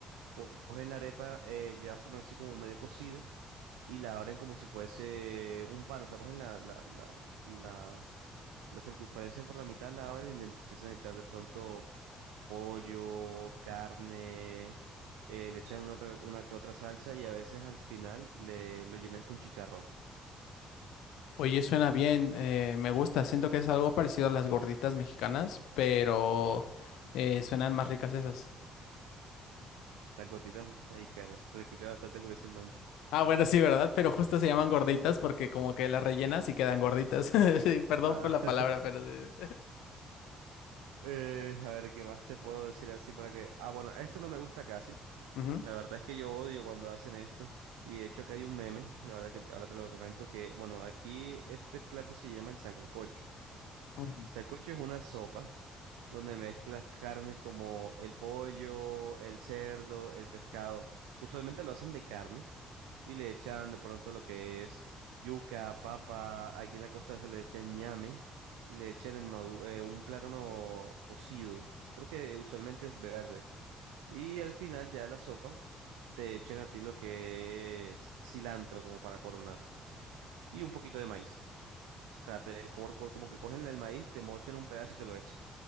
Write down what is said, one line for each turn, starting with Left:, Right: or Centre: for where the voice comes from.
Right: co- cogen la arepa eh, ya por así como medio cocida y la abren como si fuese un pan, o sea, cogen la, la, la, la, la circunferencia por la mitad, la abren y le empiezan a echar de pronto pollo, carne, eh, le echan una, otra- una que otra salsa y a veces al final le lo llenan con chicharrón,
Left: Oye, suena bien, eh, me gusta, siento que es algo parecido a las gorditas mexicanas, pero eh, suenan más ricas esas.
Right: las gorditas mexicanas, se escucha bastante curioso el nombre.
Left: Ah, bueno, sí, ¿verdad? Pero justo se llaman gorditas porque como que las rellenas y quedan gorditas. <laughs> Sí, perdón
Right: Ah.
Left: por la palabra,
Right: <laughs>
Left: pero sí.
Right: Eh, a ver, ¿qué más te puedo decir así para que... Ah, bueno, esto no me gusta casi.
Left: <laughs> Ujú.
Right: La verdad es que yo odio cuando hacen esto. Y de hecho acá hay un meme, la verdad que ahora te lo comento, que, bueno, aquí este plato se llama el sancocho.
Left: Ujú.
Right: Sancocho es una sopa donde mezclas carnes como el pollo, el cerdo, el pescado. Usualmente lo hacen de carne y le echan de pronto lo que es yuca, papa, aquí en la costa se le echan ñame y le echan el madu- eh, un plátano cocido, creo que usualmente es verde, y al final ya de la sopa te echan a ti lo que es cilantro como para coronar y un poquito de maíz. O sea, te, como, como que cogen el maíz, te mochan un pedazo y te lo echan.